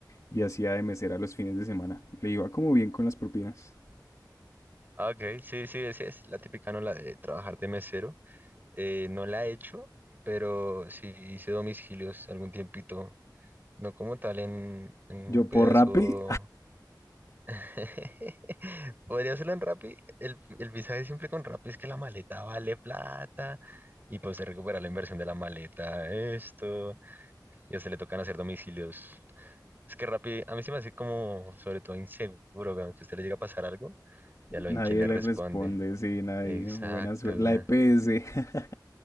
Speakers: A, on the left; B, on the right.
A: y hacía de mesera los fines de semana. Le iba como bien con las propinas.
B: Ah, ok, sí, sí, sí, es la típica, ¿no? La de trabajar de mesero. Eh, no la he hecho, pero sí hice domicilios algún tiempito. No como tal en, en
A: Yo
B: un pedazo.
A: por Rappi,
B: <laughs> Podría hacerlo en Rappi. El, el visaje siempre con Rappi es que la maleta vale plata. Y pues se recupera la inversión de la maleta, esto. Y a usted le tocan hacer domicilios. Es que Rappi, a mí se me hace como, sobre todo, inseguro, weón, que a usted le llega a pasar algo y a lo
A: nadie
B: en quién le
A: le
B: responde.
A: responde, sí, nadie.
B: Exacto,
A: Buena suerte.
B: weón.
A: La EPS, <laughs>